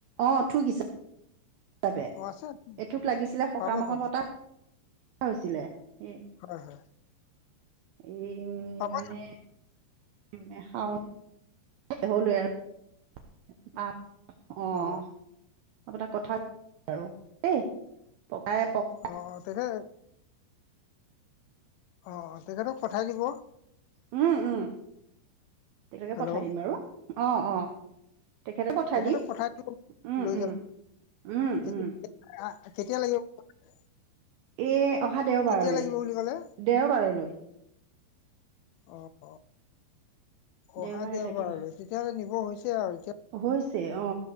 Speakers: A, on the right; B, on the left.
A: অ থোক হিচাপে। <unintelligible>
B: অ আছে আছে,
A: এথোক লাগিছিলে সকামৰ
B: পাব পাব
A: <unintelligible> তাত হৈছিলে ওম
B: হয় হয়।
A: এই উম
B: পাব
A: মানে - মানে শাও <unintelligible>
B: অ
A: আপোনাক কথা আৰু দেই পকাই পক।
B: অ- অ তেখে অ-অ তেখেতক পঠাই দিব।
A: উম -উম <unintelligible>
B: হেল্ল'
A: পঠাই দিম বাৰু অ -অ। তেখেতকে পঠাই
B: তেখেতক
A: দিম
B: দিব
A: উম
B: লৈ
A: -উম।
B: যাব
A: উম
B: কেতিয়া
A: উম
B: আ কেতিয়া লাগিব? <unintelligible>
A: এ অহা দেওবাৰলে,
B: কেতিয়া লাগিব বুলি ক'লে
A: দেওবাৰলৈ।
B: অ- অ।
A: দেওবাৰে
B: অহা দেওবাৰলৈ
A: লাগিব
B: তেতিয়াহলে নিব হৈছে আৰু এতিয়া
A: হৈছে অ।